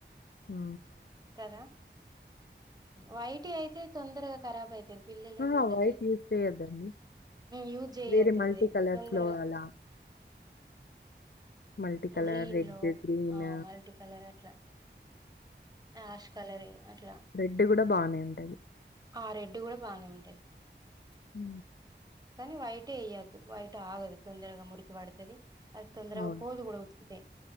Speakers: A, on the left; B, on the right.
A: ఉ
B: కదా వైటి అయితే అయితే తొందరగా ఖరాబ్ అయితది పిల్లలు ఉన్న
A: అహా!
B: వాళ్ళకి
A: వైట్ యూజ్ చేయొద్దండి.
B: యూజ్ చేయొద్దు
A: వేరే మల్టీ
B: అది
A: కలర్స్‌లో
B: తొందరగా
A: అలా మల్టీ కలర్
B: గ్రీన్
A: రెడ్,
B: లో
A: గ్రీన్
B: ఆ మల్టీ కలర్ అట్లా యాష్ కలర్ అట్లా
A: రెడ్ కూడా బానే ఉంటది
B: ఆ రెడ్ కూడా బానే ఉంటది
A: హ
B: కానీ వైట్ వేయదు వైట్ ఆగదు తొందరగా మురుకి పడతది అది తొందరగా
A: అవును.
B: పోదు కూడా ఉతుకుతే